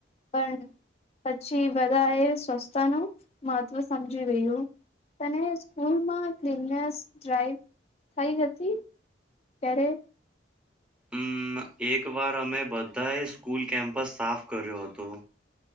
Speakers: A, on the left (about 35°); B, in the centre.
A: પન પછી બધા એ સ્વચસ્છતાનું મહત્વ સમજી ગયું. તને સ્કૂલમાં ક્લિનનેસ ડ્રાઈવ થઈ હતી? ત્યારે
B: અમ એક વાર અમે બધાએ સ્કૂલ કેમ્પસ સાફ કર્યો હતો.